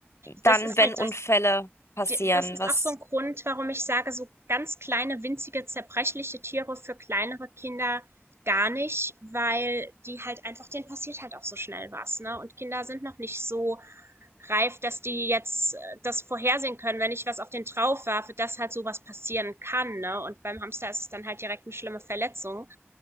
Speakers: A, on the left; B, on the right.
A: dann,
B: Das ist
A: wenn
B: halt
A: Unfälle
B: das
A: passieren,
B: Die- Das ist
A: was,
B: auch so ein Grund, warum ich sage, so ganz kleine, winzige, zerbrechliche Tiere für kleinere Kinder gar nicht, weil die halt einfach, denen passiert halt auch so schnell was, ne? Und Kinder sind noch nicht so reif, dass die jetzt äh, das vorhersehen können, wenn ich was auf den drauf werfe, dass halt sowas passieren kann, ne? Und beim Hamster ist es dann halt direkt eine schlimme Verletzung.